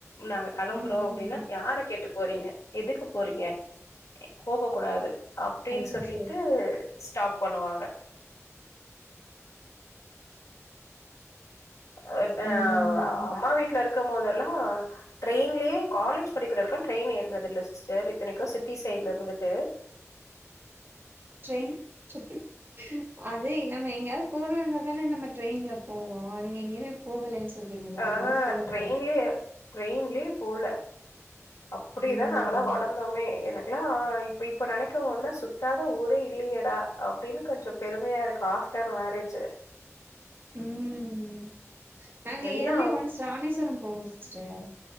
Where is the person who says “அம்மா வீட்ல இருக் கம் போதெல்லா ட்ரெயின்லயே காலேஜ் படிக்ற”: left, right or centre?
Left